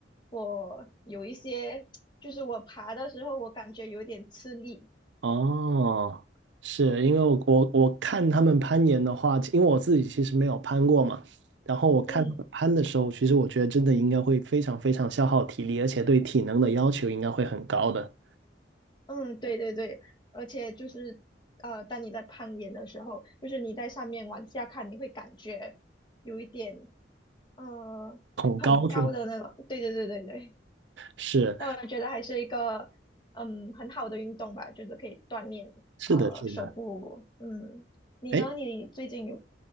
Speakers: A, on the left; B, on the right.
A: 我有一些 <tsk> 就是我爬的时候我感觉有点吃力，
B: 哦，是因为我我我看他们攀岩的话，因为我自己其实没有攀过嘛，然后我看他们攀的时候，
A: 嗯。
B: 其实我觉得真的应该会非常非常消耗体力，而且对体能的要求应该会很高的，
A: 嗯，对对对，而且就是，呃，当你在攀岩的时候，就是你在上面往下看，你会感觉有一点，呃，
B: 恐高是吗？
A: 很高的那种。对对对对对，
B: 是
A: 那我觉得还是一个，嗯，很好的运动吧，就是可以锻炼，
B: 是的，
A: 呃，
B: 是的。
A: 手部。嗯，你呢？
B: 哎，
A: 你最近有兴